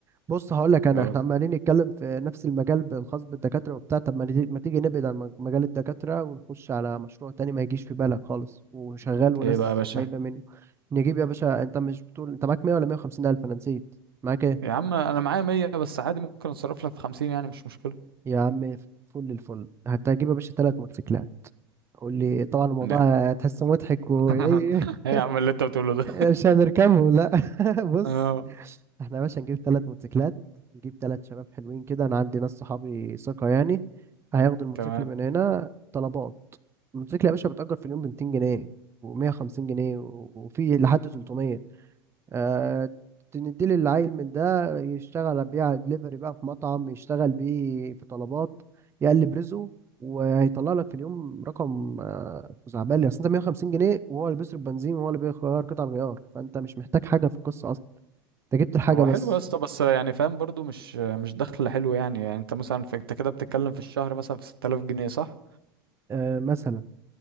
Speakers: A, on the right; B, on the right.
A: بص هقول لك انا
B: يا
A: احنا
B: رب
A: عمالين نتكلم في نفس المجال الخاص بالدكاترة وبتاع طب ما نيجي- ما تيجي نبعد عن مج- مجال الدكاترة ونخش على مشروع تاني ما يجيش في بالك خالص وشغال وناس
B: ايه بقى يا باشا
A: جايبة منه نجيب يا باشا انت مش بتقول انت معاك 100 ولا 150 الف انا نسيت معاك ايه
B: يا عم انا معايا 100 بس عادي ممكن اتصرف لك في 50 يعني مش مشكله
A: يا عم فل الفل هتجيب يا باشا ثلاث موتوسيكلات قول لي طبعا الموضوع
B: لا
A: هتحسه مضحك وايه
B: <laughs> ايه
A: <laughs>
B: يا عم اللي انت بتقوله ده
A: مش هنركبهم لا <laughs> بص
B: اه
A: احنا يا باشا نجيب ثلاث موتوسيكلات نجيب ثلاث شباب حلوين كده انا عندي ناس صحابي ثقة يعني هياخدوا الموتوسيكل
B: تمام
A: من هنا طلبات الموتوسيكل يا باشا بتأجر في اليوم ب 200 جنيه و150 جنيه و- وفي لحد 300 أه تنديلي العيل من ده يشتغل بيع دليفري بقى في مطعم يشتغل بيه في طلبات يقلب رزقه وهيطلع لك في اليوم رقم آه، خزعبلي اصل انت 150 جنيه وهو اللي بيصرف بنزين وهو اللي بيغير قطع الغيار فانت مش محتاج حاجة في القصة اصلا انت جبت الحاجة
B: هو
A: بس
B: حلو يا اسطى بس يعني فاهم برضو مش مش دخل حلو يعني يعني انت مثلا في انت كده بتتكلم في الشهر مثلا في 6000 جنيه صح
A: آه، مثلا